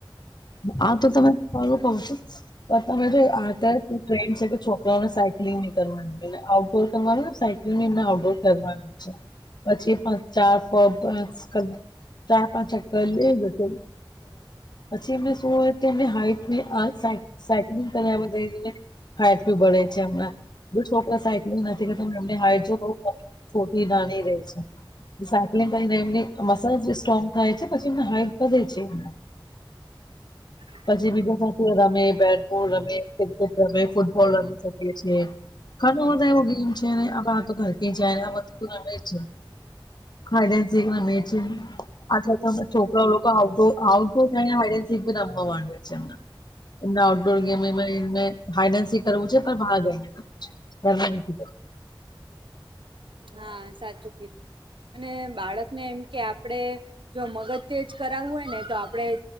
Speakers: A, on the left; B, on the right.
A: આ તો તમે સારું કઉ છો તમે જો આ ટ્રેન્ડ છે કે છોકરાઓને સાયકલિંગ ની કરવાનું ને આઉટડોર કરવાનું ને સાયક લીન ને આઉટડોર કરવાનું છે પછી પણ ચાર ફ <unintelligible> ચાર પાંચ ચક્કર લે જશે પછી એમને શું હોય કે એમને હાઈટ સાયકલિંગ કરાવઈ એટલે હાઈટ બી બડે છે હમણાં જે છોકરા સાઈકલ નથી કરતો એમ હાઈટ જો બ થોડી નાની રહી છે. સાયક્લિંગ કરીને એમની મસલ સ્ટ્રોંગ થાય છે પછી એમને હાઈટ વધે છે એમને
B: <inaudible>
A: પછી બીજા સાથે રમે બેટબોલ રમે ક્રિકેટ રમે ફૂટબોલ રમી શકીએ છીએ ઘરમા બધા એવું કેય છે ને આ તો ઘર કે જાય ને આ બધું ન છે હાઇડ એન્ડ સીખ રમે છે આથા તો છોકરાઓ લોકો આઉટડોર આઉટ હી નાવાનું છેમાં ના આઉટડોર ગેમ અમેને હાઇડેન્સી કરવુ છે પર ભાગે. <unintelligible>
B: હા સાચુ કીઘુ. અને બાળકને એમ કે આપણેે જો મગજ તેજ કરાવું હોય ને તો આપણેે